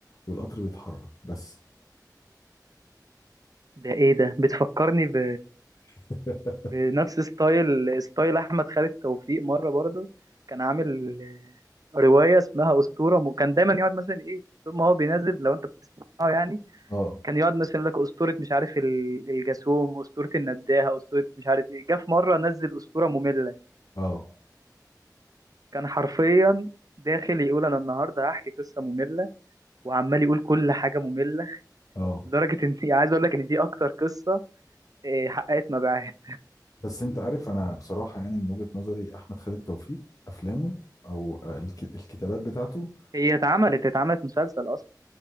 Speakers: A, on the left; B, on the right.
A: والقطر بيتحرك بس
B: ده ايه ده بتفكرني ب
A: <laughs>
B: بنفس ستايل ستايل احمد خالد توفيق مره برضه كان عامل آه، روايه اسمها اسطوره م... كان دايما يقعد مثلا ايه طول ما هو بينزل لو انت بتسمعه يعني
A: اه
B: كان يقعد مثلا يقول لك اسطوره مش عارف ال- الجاسوم اسطوره النداهه اسطوره مش عارف ايه جه في مره نزل اسطوره ممله
A: اه
B: كان حرفيا داخل يقول انا النهارده هحكي قصه ممله وعمال يقول كل حاجه ممله
A: اه
B: لدرجه ان <laughs> عايز اقول لك ان دي اكتر قصه آه، حققت مبيعات
A: بس انت عارف انا بصراحه يعني من وجهه نظري احمد خالد توفيق افلامه او آه، الك... الكتابات بتاعته
B: هي اتعملت اتعملت مسلسل اصلا